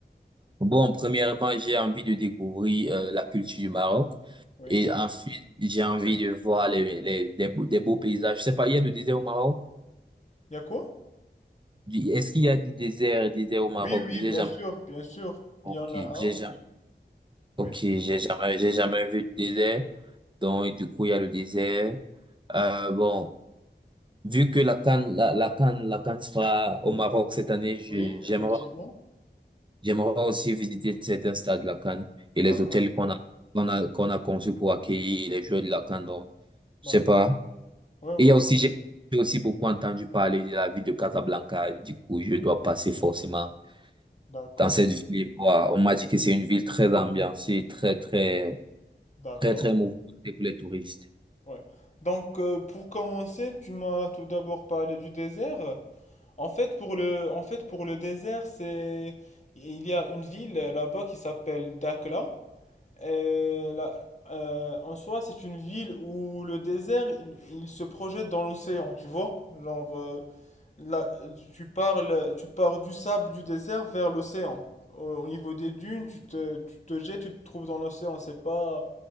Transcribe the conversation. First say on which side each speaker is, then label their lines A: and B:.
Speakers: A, on the right (about 25°); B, on the left (about 40°).
A: Bon, premièrement, j'ai envie de découvrir euh, la culture du Maroc.
B: Oui.
A: Et ensuite, j'ai envie de voir les, les, des, beaux, des beaux paysages. Je sais pas, il y a du désert au Maroc?
B: Y a quoi?
A: Du- Est-ce qu'il y a du désert, désert au Maroc?
B: Oui, oui,
A: J'ai
B: bien
A: jamais,
B: sûr, bien sûr.
A: ok,
B: Il y en a un.
A: j'ai jamais, ok,
B: Oui,
A: j'ai jamais, j'ai jamais vu de désert. Donc, du coup, il y a le désert. Euh, bon, vu que la CAN, la, la CAN, la CAN sera au Maroc cette année, je-
B: oui,
A: j'aimerais,
B: effectivement.
A: j'aimerais aussi visiter certains stades de la CAN et
B: D'accord,
A: les hôtels qu'on a, qu'on a, qu'on a conçus pour accueillir les joueurs de la CAN. Donc, je
B: d'accord.
A: sais pas.
B: Oui, oui,
A: Et il y a aussi, j'ai j'ai aussi beaucoup entendu parler de la ville de Casablanca. Du coup, je dois passer forcément
B: d'accord,
A: dans cette ville. et voir. On m'a dit que c'est une ville très ambiancée, très, très,
B: d'accord.
A: très, très mouvementée pour les touristes.
B: Ouais. Donc, euh, pour commencer, tu m'as tout d'abord parlé du désert. En fait, pour le, en fait, pour le désert, c'est, il y a une ville euh, là-bas qui s'appelle Dakhla. Et là, euh, en soi, c'est une ville où le désert, il, il se projette dans l'océan, tu vois? Genre, euh, Là, tu parles, tu pars du sable du désert vers l'océan. Au, au niveau des dunes, tu te, tu te jettes, tu te trouves dans l'océan. C'est pas,